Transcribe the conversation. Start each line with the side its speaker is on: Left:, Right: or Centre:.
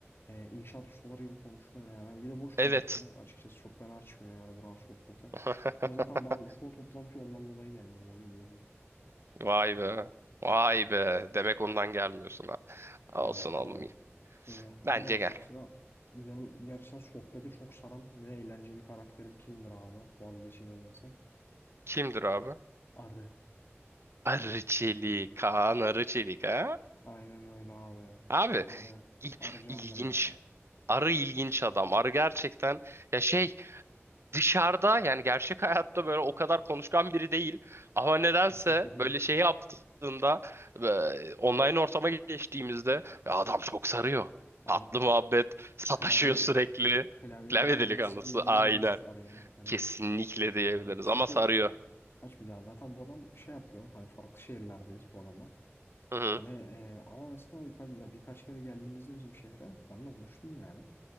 Left: e, inşaat ustaları gibi konuşuyor yani. Bir de boş konuşuyor.
Right: Evet.
Left: Açıkçası çok beni açmıyor yani buranın sohbeti.
Right: <laughs>
Left: Ben zaten bazı çoğu toplantıya ondan dolayı gelmiyorum. O geliyor.
Right: Vay be. Vay be. Demek ondan gelmiyorsun ha.
Left: Evet
Right: Olsun oğlum.
Left: bu arada. Öyle. Ama
Right: Bence
Left: bak
Right: gel.
Left: mesela benim gerçekten sohbeti çok saran ve eğlenceli karakterim kimdir abi? Vazgeçilmez insan.
Right: Kimdir abi?
Left: Arı.
Right: Arı Çelik. Kaan Arı Çelik ha?
Left: Aynen öyle abi.
Right: Abi
Left: Arı.
Right: il-
Left: Arı candır
Right: ilginç.
Left: ya.
Right: Arı ilginç adam. Arı gerçekten ya şey dışarıda yani gerçek hayatta böyle o kadar konuşkan biri değil. Ama nedense
Left: Kesinlikle değil.
Right: böyle şey yaptığında e, online ortama geçtiğimizde "Ya adam çok sarıyor.
Left: Abi
Right: Tatlı muhabbet, sataşıyor
Left: klavye
Right: sürekli.
Left: klavye
Right: Klavye
Left: delikanlısı
Right: delikanlısı
Left: diyebilir
Right: aynen.
Left: miyiz arıya? Hani
Right: Kesinlikle diyebiliriz
Left: yani çünkü
Right: ama sarıyor.
Left: kaçmayacağız. Zaten bu adam şey yapıyor. Hani farklı şehirlerdeyiz bu adama.
Right: Hı hı.
Left: Hani e, ama mesela birkaç, ya birkaç kere geldiğimizde bizim şehre ben de buluştum yani.